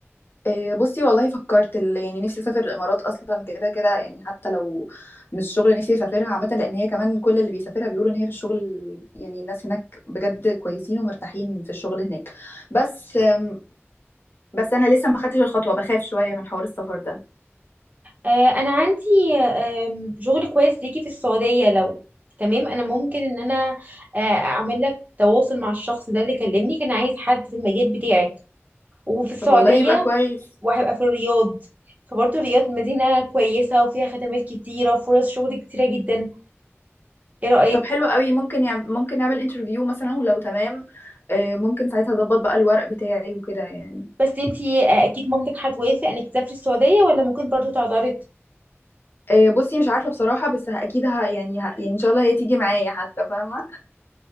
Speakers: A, on the left; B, on the right.
A: إيه، بصي والله فكرت ال... يعني نفسي اسافر الامارات اصلا كده كده يعني حتى لو مش شغل نفسي اسافرها عامه لان هي كمان كل اللي بيسافرها بيقولوا ان هي في الشغل يعني الناس هناك بجد كويسين ومرتاحين في الشغل هناك بس أم، بس انا لسه ما خدتش الخطوه بخاف شويه من حوار السفر ده
B: آه، انا عندي آم، شغل كويس ليكي في السعوديه لو تمام انا ممكن ان انا آه، اعمل لك تواصل مع الشخص ده اللي كلمني كان عايز حد في المجال بتاعك وفي السعوديه
A: طب والله يبقى كويس
B: وهيبقى في الرياض فبرضه الرياض مدينه كويسه وفيها خدمات كتيره وفرص شغل كتيره جدا ايه رايك
A: طب حلو قوي ممكن يعم... ممكن نعمل انترفيو مثلا ولو تمام إيه، ممكن ساعتها اظبط بقى الورق بتاعي وكده يعني
B: بس انتي آه، اكيد مامتك هتوافق انك تسافري السعوديه ولا ممكن برضه تعترض
A: إيه، بصي مش عارفه بصراحه بس ه- اكيد ه... يعني ه... يعني ان شاء الله هي تيجي معايا حتى فاهمه